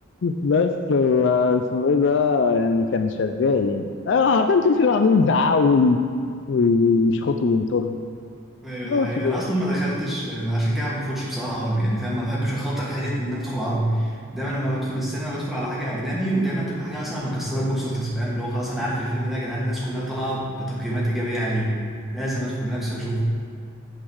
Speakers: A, on the left; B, in the centre.
A: بس و- اسمه ايه ده يعني كان شغال يعني انا عارفين طول الفيلم عاملين يزعقوا وي- وي- ويشخطوا وينطروا
B: ايوه
A: ما
B: ده حقيقي
A: في
B: انا اصلا ما دخلتش ما عشان كده ما بدخلش بصراحه عربي يعني فاهم ما بحبش اخاطر حته ان انا ادخل عربي دايما لما بدخل السينما بدخل على حاجه اجنبي ودايما تبقى حاجه مثلا مكسره البوكس اوفيس فاهم اللي هو خلاص انا عارف الفيلم ده يا جدعان الناس كلها طالعه بتقييمات ايجابيه عليه لازم ادخل بنفسي واشوفه